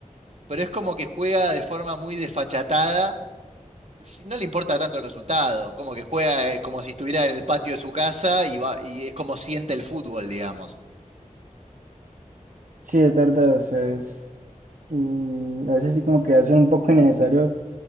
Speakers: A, on the right; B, on the right.
A: pero es como que juega de forma muy desfachatada. si- No le importa tanto el resultado, como que juega eh, como si estuviera en el patio de su casa y va, y es como siente el fútbol, digamos.
B: Sí, es verdad. O sea, es. mm, a veces sí, como que hacen un poco innecesario